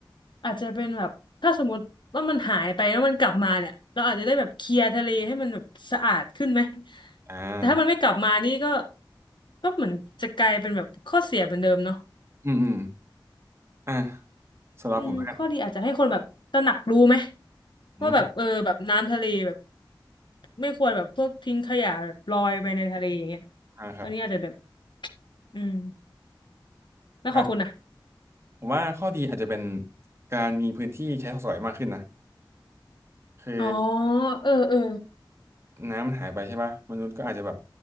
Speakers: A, on the left; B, on the right.
A: อาจจะเป็นแบบถ้าสมมติว่ามันหายไปแล้วมันกลับมาเนี่ยเราอาจจะได้แบบเคลียร์ทะเลให้มันแบบสะอาดขึ้นไหม
B: อ่า
A: แต่ถ้ามันไม่กลับมานี่ก็ก็เหมือนจะกลายเป็นแบบข้อเสียเหมือนเดิมเนาะ
B: อืมอืมอ่าสำหรับผมแล้วกัน
A: อืมข้อดีอาจจะให้คนแบบตระหนักรู้ไหม
B: อืม
A: ว่าแบบเออแบบน้ำทะเลแบบไม่ควรแบบพวกทิ้งขยะแบบลอยไปในทะเลอย่างเงี้ย
B: อ่าครับ
A: อันนี้อาจจะแบบอืมแล้วของคุณอ่ะ
B: อ่ะผมว่าข้อดีอาจจะเป็นการมีพื้นที่ใช้สอยมากขึ้นนะคือ
A: อ๋อเออเออ
B: น้ำมันหายไปใช่ป่ะมนุษย์ก็อาจจะแบบ